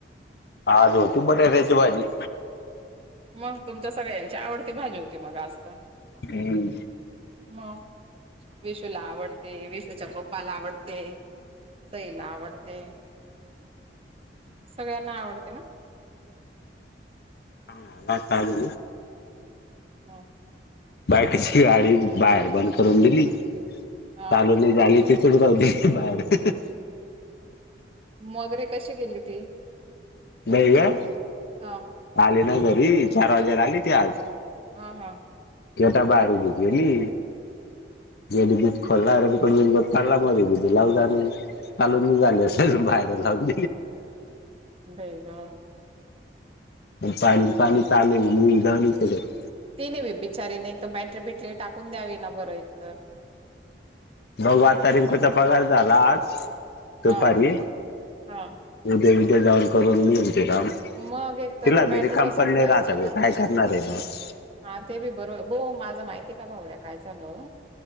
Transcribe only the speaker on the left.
आज होती बटाट्याची भाजी.
उम्म.
हा आ चालू
बाईकची गाडी बाहेर बंद करून दिली चालू
आणि झाली <unintelligible> बाहेर
<unintelligible> का?
आले ना घरी चार वाजेला आली ती आज
की आता बाहेर उभी केली. <unintelligible> खोलाला <unintelligible> लाव जाणे <unintelligible> झाले असेल बाहेर जाऊ
पण पायरी पाणी चालूये मी <unintelligible>
भावा आता रिंकूचा पगार झाला आज दुपारी.
उद्या बिद्या जाऊन करून घेईल ते काम
तिला
बी रिकाम
पण नाही
राहत
बे काय करणार आहे मग